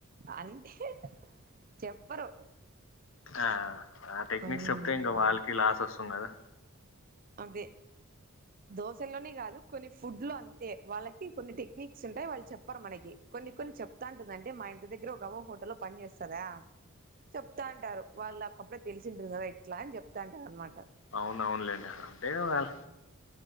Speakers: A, on the right (about 40°); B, on the left (about 60°).
A: అంటే చెప్పరు
B: ఆ ఆ టెక్నిక్స్
A: ఉమ్
B: చెప్తే ఇంకా వాళ్ళకి లాస్ వస్తుంది కదా
A: అదే దోశల్లోనే కాదు కొన్ని ఫుడ్లు అంతే వాళ్ళకి కొన్ని టెక్నిక్స్ ఉంటాయి వాళ్ళు చెప్పరు మనకి కొన్ని కొన్ని చెప్తాంటందంటే మా ఇంటి దగ్గర ఒక అవ్వ హోటల్లో లో పని చేస్తాదా చెప్తా అంటారు వాళ్ళు అప్పుడే తెలిసింటారు కదా ఇట్లా అని చెప్తా అంటారు అన్నమాట
B: అవును అవును లేెండి అంట వల